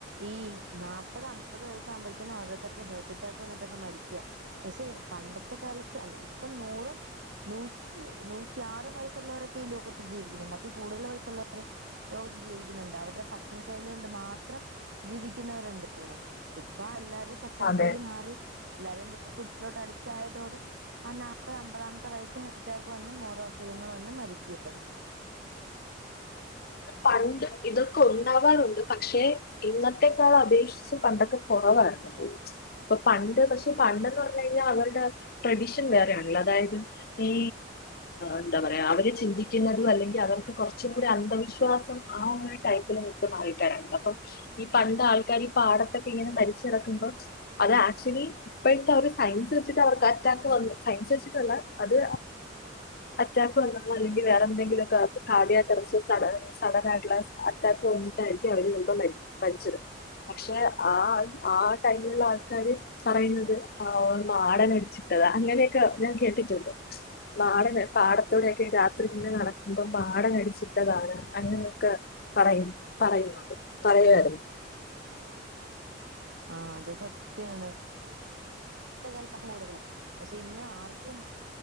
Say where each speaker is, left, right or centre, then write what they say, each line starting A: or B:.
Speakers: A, on the right; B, on the left.
A: ഈ നാല്പത് അമ്പത് വയസ്സ് ആകുമ്പോഴത്തേനും ഓരോരുത്തർക്ക് ർട്ട് അറ്റാക്ക് വന്നിട്ടൊക്കെ മരിക്കവാ പക്ഷെ പണ്ടത്തെ കാലത്ത് അല്ല ഇപ്പൊ നൂറും നൂറ്റി നൂറ്റിയാറ് വയസ്സുള്ളവരൊക്കെ ഈ ലോകത്ത് ജീവിക്കുന്നുണ്ട് അതി കൂടുതൽ വയസുള്ളവര് ലോകത്ത് ജീവിക്കുന്നുണ്ട് അവരുടെ ഭക്ഷണ ശൈലി കൊണ്ട് മാത്രം ജീവിക്കുന്നവരുണ്ട് ഇവിടെ ഇപ്പ അല്ലാ ഭക്ഷണശൈലി
B: അതെ
A: മാറി എല്ലാരും ജങ്ക് ഫുഡ് അഡിക്റ്റ് ആയതോടെ ആ നാൽപ്പത് അമ്പതാമത്തെ വയസ്സിൽ ഹാർട്ട് അറ്റാക്ക് വന്നും ഓരോ അസുഖങ്ങൾ ഒന്നു മരിക്കുവയാണ്
B: പണ്ട് ഇതൊക്കെ ഉണ്ടാവാറുണ്ട് പക്ഷെ ഇന്നത്തേക്കാൾ അപേക്ഷിച്ച് പണ്ടൊക്കെ കുറവാണ് പണ്ട് പക്ഷെ പണ്ടന്ന് പറഞ്ഞ് കഴിഞ്ഞാൽ അവരുടെ ട്രഡിഷൻ വേറെ അതായത് ഈ എന്താ പറയാ അവര് ചിന്തിക്കുന്നതു അല്ലെങ്കിൽ അവർകൊറച്ച് ഒരു അന്ധവിശ്വാസം ആ ഒരു ടൈപ്പിൽനിൽക്കുന്ന ആൾക്കാരണ് അപ്പം ഈ പണ്ട് ആൾക്കാര് ഈ പാടത്ത് ഇങ്ങനെ പനിച്ചടക്കുമ്പോൾ അത് ആക്ച്വലി ഇപ്പോഴത്തെ ഒരു സയൻസ് വെച്ചിട്ട് അവർക്ക് അറ്റാക്ക് വന്ന് സയൻസ് വെച്ചിട്ടുല്ല അത് അറ്റാക്ക് വന്നള്ള അല്ലെങ്കിൽ വേറെന്തെങ്കിലൊക്ക കാർഡിയാക് സഡൻ ആയിട്ടുള്ള സാ അറ്റാക്ക് വന്നിട്ടായിരിക്കു അവര് ചിലപ്പോ മരിച്ചത് പക്ഷെ ആ ആ ടൈമുള്ള ആൾക്കാര് പറയുന്നത് ആ മാടൻ അടിച്ചിട്ട് അങ്ങനെയൊക്കെ ഞാൻ കേട്ടിട്ടുണ്ട് മാടനെ പാടത്തോടെക്കെ രാത്രി ഇങ്ങനെ നടക്കുമ്പോ മാടനടിച്ചിട്ടതാണ് അങ്ങനെയൊക്കെ പറയും പറയുന്നുണ്ട് പറയരുന്നു
A: ആ അത് സത്യാണ് ഇന്നത്തെ കാലത്തക്കും കൂടുതലാ പക്ഷെ ഇന്ന് ആർക്കും